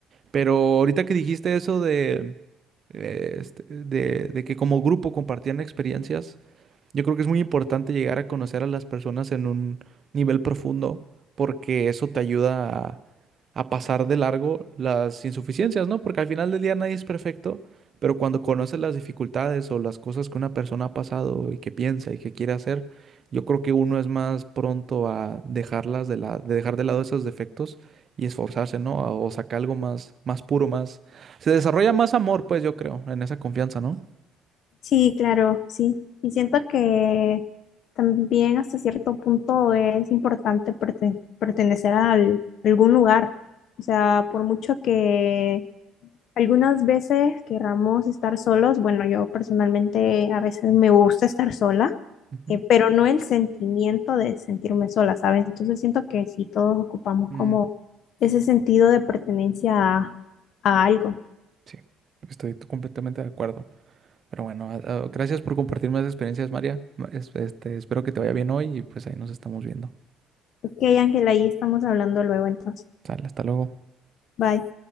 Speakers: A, on the right; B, on the left.
A: Pero ahorita que dijiste eso de, eh, este, de, de que como grupo compartían experiencias, yo creo que es muy importante llegar a conocer a las personas en un nivel profundo porque eso te ayuda a, a pasar de largo las insuficiencias, ¿no? Porque al final del día nadie es perfecto, pero cuando conoces las dificultades o las cosas que una persona ha pasado y que piensa y que quiere hacer, yo creo que uno es más pronto a dejarlas de la, de dejar de lado esos defectos y esforzarse, ¿no? O sacar algo más, más puro, más... Se desarrolla más amor, pues yo creo, en esa confianza, ¿no?
B: Sí, claro, sí. Y siento que también hasta cierto punto es importante perte- pertenecer a al- algún lugar. O sea, por mucho que Algunas veces querramos estar solos. Bueno, yo personalmente a veces me gusta estar sola,
A: Ujú.
B: eh, pero no el sentimiento de sentirme sola, ¿sabes? Entonces siento que sí, todos ocupamos
A: Mm.
B: como ese sentido de pertenencia a, a algo.
A: Sí, estoy t- completamente de acuerdo. Pero bueno, a- a- gracias por compartirme las experiencias, María. Ma- es- Este, espero que te vaya bien hoy y pues ahí nos estamos viendo.
B: Ok, Ángela, ahí estamos hablando luego entonces.
A: Sale, hasta luego.
B: Bye.